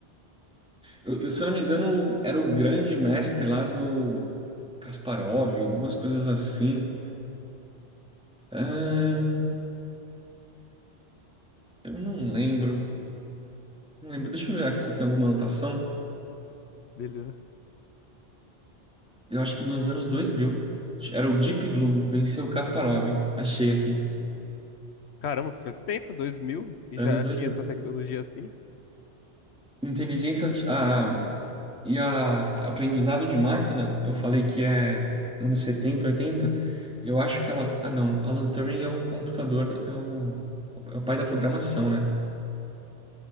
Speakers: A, in the centre; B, on the left.
A: Eu, eu, se eu não me engano, era o grande mestre lá do Kasparov, algumas coisas assim. Ahn, eu não lembro. Não lembro. Deixa eu ver aqui se eu tenho alguma anotação.
B: Beleza.
A: Eu acho que nos anos 2000. Era o Deep Blue, venceu o Kasparov. Achei aqui.
B: Caramba, faz tempo, 2000 e
A: Anos
B: já
A: 2000.
B: tinha essa tecnologia assim?
A: Inteligência arti- a, e a, aprendizado de máquina, eu falei que é anos 70, 80. Eu acho que ela. Ah, não. Alan Turing é o computador, é o, é o pai da programação, né?